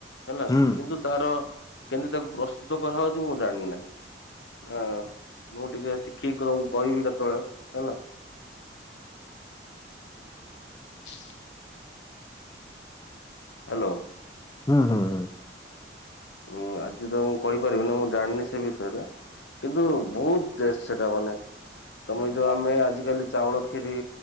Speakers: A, on the left (about 85°); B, on the left (about 20°).
A: ହେଲା
B: ହୁଁ
A: କିନ୍ତୁ। ତାର କେମିତି ତାକୁ ପ୍ରସ୍ତୁତ କରାହଉଛି ମୁଁ ଜାଣିନାହିଁ। ହଁ ମୁଁ ଟିକେ ଶିଖିକି ତମକୁ କହିବି କେତେବେଳେ ହେଲା। <unintelligible> ହାଲୋ।
B: ହୁଁ ହୁଁ ହୁଁ।
A: ଉଁ ଆଜି ତ ମୁଁ କହିପାରିବିନି ମୁଁ ଜାଣିନି ସେ ବିଷୟରେ କିନ୍ତୁ ବହୁତ୍ ଟେଷ୍ଟ। ସେଟା ଭଲନାହିଁ ତମେ ଯୋଉ ଆମେ ଆଜିକାଲି ଚାଉଳ କ୍ଷିରି।